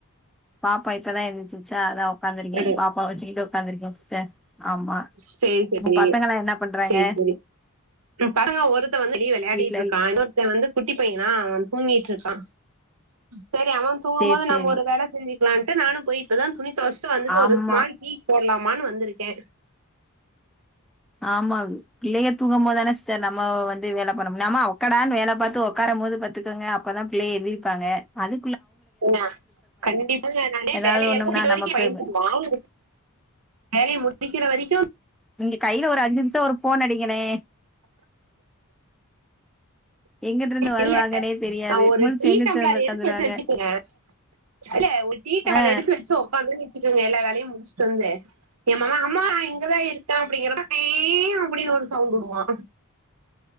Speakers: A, in the centre; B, on the right (about 85°).
A: பாப்பா இப்பதா எந்திச்சிச்சா அதா உக்காந்துருக்கே
B: அட
A: பாப்பாவ வெச்சுகிட்டு உக்காந்துருக்கேன் சிஸ்டர் ஆமா
B: சேரிக்கா
A: உங்க
B: சேரி
A: பசங்கல்லா என்ன பண்றாங்க
B: சேரி சேரி படங்க ஒருத்தன் வந்து வெளிய விளையாடிட்டு
A: வீட்ல
B: இருக்கான் இன்னொருத்தன் வந்து குட்டி பைய அவ தூங்கிட்டு இருக்கா சரி அவ தூங்கும்போது
A: சேரி சேரி
B: நாம ஒரு வேல செஞ்சு இருக்கலான்ட்டு நானு போயி இப்பதா துணி துவச்சிட்டு வந்துட்டு
A: ஆமா
B: ஒரு ஸ்மால் கீக் போடலாமான்னு வந்திருக்கே
A: ஆமா பிள்ளைய தூங்கும் போதானே சார் நம்ம வந்து வேலை பண்ண முடியு ஆமா உக்கடான்னு வேலை பாத்து உக்கார போது பெத்துக்கங்க அப்பதா பிள்ளையை எந்திரிப்பாங்க அது
B: <unintelligible> கண்டிப்பா நானே
A: ஏதாவது
B: வேலை ஏ
A: ஒண்ணும்னா
B: <unintelligible>
A: நம்ம
B: வரைக்கு பய
A: போய்
B: <unintelligible> வேலைய முடிக்கிற வரிக்
A: நீங்க கையில ஒரு அஞ்சு நிமிச ஒரு போன் அடிங்கனே எங்கிட்டு இருந்து வருவாங்கன்னே
B: இல்ல
A: தெரியாது
B: நா ஒரு
A: முழிச்சு
B: டீட்டம்ளர்
A: எந்திரிச்சு வந்து உக்காந்துருவாங்க
B: எடுத்து வச்ச வச்சுக்கங்க இல்ல ஒரு டீடால
A: ஆ
B: எடுத்து வச்சு உடக்காந்தே வச்சுக்கோங்க எல்லா வேலையு முடிச்சுட்டு வந்து எம்மவ அம்மா இங்கதா இருக்கே அப்டிங்கிறமா <unintelligible> அப்டின்னு ஒரு சவுண்ட்டு வுடுவா